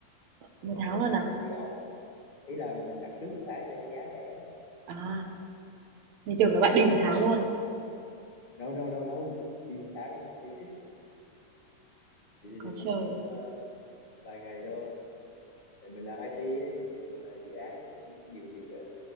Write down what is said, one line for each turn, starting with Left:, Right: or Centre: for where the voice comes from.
Right: một
Left: rồi
Right: tháng luôn
Left: xin
Right: à?
Left: công ty off ý là mình đặt trước một tháng cho cái giá rẻ
Right: À, mình tưởng là
Left: rồi
Right: bạn đi một
Left: uh,
Right: tháng luôn.
Left: no no no no đi một tháng rồi công ty kích đi đi,
Right: Có
Left: đi,
Right: trời.
Left: đi khoảng ờ, vài ngày thôi tại mình làm IT ấy, thường là dự án nó cũng nhiều việc á